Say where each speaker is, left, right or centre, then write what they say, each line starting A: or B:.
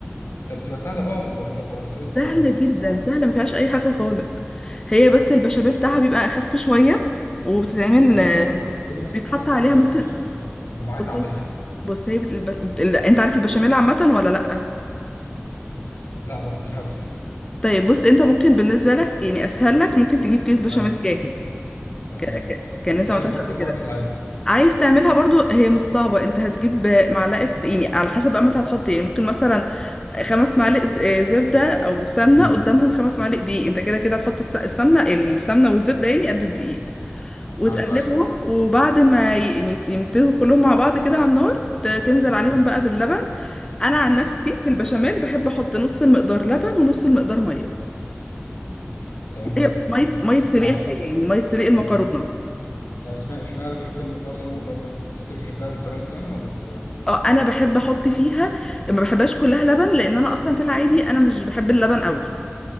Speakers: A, on the left; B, on the left.
A: طب بتبقى سهله بقى ولا ولا ولا طريقه
B: سهلة
A: آه، تحضيرها
B: جدا
A: صعبه
B: سهلة ما فيهاش اي حاجة خالص هي بس البشاميل بتاعها بيبقى اخف شوية وبتتعمل
A: طب قولي مثلا قولي مثلا
B: بيتحط
A: طريقه
B: عليها
A: تحضيرها
B: ممكن
A: ازاي عشان انا ببقى عايز
B: بصي
A: اعملها يعني
B: بص هي بت... الب... بت... ال- انت عارف البشاميل عامة ولا لأ
A: لا برضو مش عارف
B: طيب بص انت ممكن بالنسبة لك يعني اسهل لك ممكن تجيب كيس بشاميل
A: <laughs> ايوه
B: جاهز
A: تمام
B: ك... ك... كان انت
A: ده
B: ما عملتهاش
A: بيكون
B: قبل
A: في
B: كده
A: الماركت عادي
B: عايز تعملها برضو هي مش صعبة انت هتجيب معلقة يعني على حسب بقى ما انت هتحط ايه ممكن مثلا خمس معالق ز- آه، زبدة او سمنة
A: مم.
B: قدامهم خمس معالق دقيق انت كده كده هتحط الس- السمنة السمنة والزبدة يعني قد الدقيق وتقلبهم
A: ايوه ايوه
B: وبعد ما ي- يعني يمتزجوا كلهم مع بعض كده على النار ت- تنزل
A: مم.
B: عليهم بقى باللبن انا عن نفسي في البشاميل بحب احط نص المقدار لبن ونص المقدار مية
A: تمام ده
B: هي بس
A: ده
B: مية
A: ده,
B: مية سليق
A: ده عشان
B: الحاجة يعني مية سليق المكرونة
A: ده طب اسمع اشمعنى بتحط المقدار ده والمقدار ده عشان انت بتحبها بالطريقه دي يعني ولا بتبقى
B: اه انا بحب احط فيها ما بحبهاش كلها لبن لان انا اصلا في العادي انا مش بحب اللبن قوي